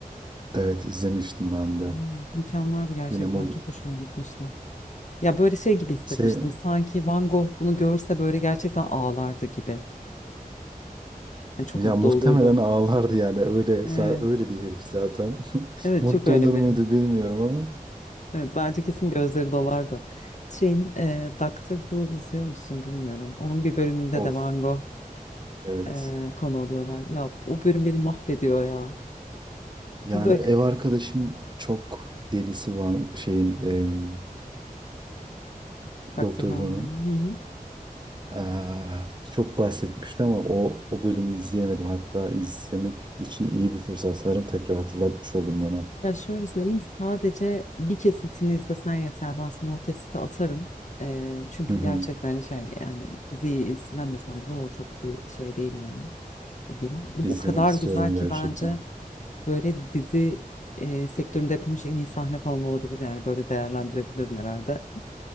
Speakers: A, on the right; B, on the left.
A: Evet izlemiştim ben de.
B: Eee, mükemmeldi gerçekten
A: Yine mu
B: çok hoşuma gitmişti. Ya böyle şey gibi hissetmiştim
A: se
B: sanki Van Gogh bunu görse böyle gerçekten ağlardı gibi. Yani çok
A: ya
B: mutlu
A: muhtemelen
B: olurdu.
A: ağlardı yani öyle
B: Evet,
A: za- öyle bir herif zaten. <laughs>
B: evet
A: Mutlu
B: çok öyle
A: olur
B: bir.
A: muydu bilmiyorum ama.
B: Evet, bence kesin gözleri dolardı. Şeyin e, Doctor Who izliyor musun bilmiyorum. Onun bir bölümünde
A: Of.
B: de Van Gogh
A: Evet.
B: e, konu oluyorlar. Ya o bölüm beni mahvediyor ya.
A: Yani
B: Böyle
A: ev arkadaşım çok delisi var şeyin em,
B: <laughs> Doctor
A: Doktor
B: Who.
A: Who'nun.
B: Hı hı.
A: Aa, çok bahsetmişti ama o o bölümü izleyemedim. Hatta izlemek için iyi bir fırsat. Sanırım tekrar hatırlatmış oldun bana.
B: Ya şöyle söyleyeyim sadece bir kesitini izlesen yeter. Ben sana o kesiti atarım. E, çünkü
A: Hı hı.
B: gerçekten şey yani diziyi izlemesen bile o çok bir şey değil yani. O bölüm. O,
A: İzlemek
B: o kadar
A: istiyorum
B: güzel ki
A: gerçekten.
B: bence Böyle dizi e, sektöründe yapılmış en iyi sahne falan olabilir yani böyle değerlendirebilirim herhalde.